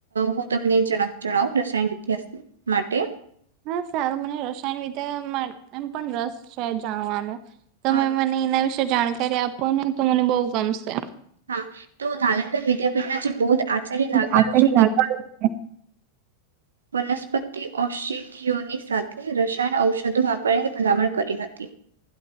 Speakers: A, on the right; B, on the right.
A: હું તમને જણાવ રસાયણ વિદ્યા માટે
B: હા સારું મને રસાયણ રીતે એમ પણ રસ છે જાણવાનો તો
A: હા
B: મને એના વિશે જાણકારી આપો ને તો મને બઉુ ગમશે
A: હા તો નાલંદા વિદ્યાપીઠના જે બૌદ્ધ આચાર્ય લાગા
B: આશ્ચર્ય
A: છ
B: લાગવાનું
A: ને
B: છે.
A: વનસ્પતિ ઔષધિઓની સાથે રસાયણ ઔષધો વાપરીને ભલામણ કરી હતી